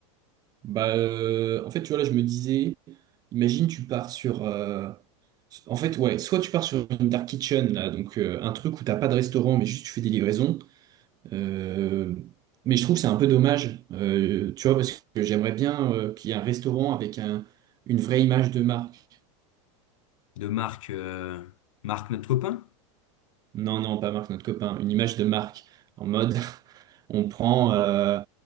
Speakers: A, on the right; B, on the left.
A: Bah, euh, en fait, tu vois, là, je me disais, imagine, tu pars sur. euh, en fait, ouais, soit tu pars sur une dark kitchen, là, donc euh, un truc où t'as pas de restaurant, mais juste tu fais des livraisons. Euh, mais je trouve que c'est un peu dommage, euh, tu vois, parce que j'aimerais bien euh, qu'il y ait un restaurant avec un, une vraie image de marque.
B: De marques, euh, Marc, notre copain?
A: Non, non, pas Marc, notre copain. Une image de Marc. En mode, <laughs> on prend, euh,